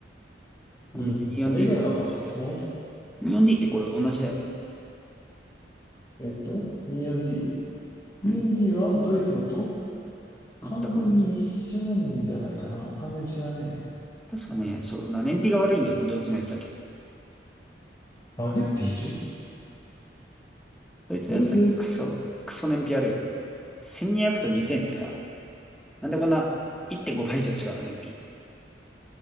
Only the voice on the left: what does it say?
うん。それ以外はパッとしない。
えっと、24D。24D
はドイツのと完全に一緒なんじゃないかな。
完全に一緒だね。
バグっている
ドイツです。